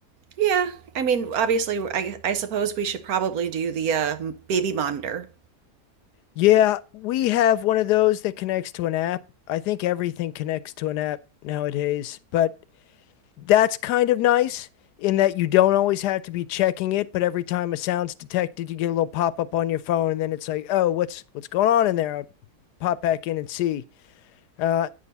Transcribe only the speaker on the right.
yeah, I mean, obviously, I I suppose we should probably do the uh, baby monitor.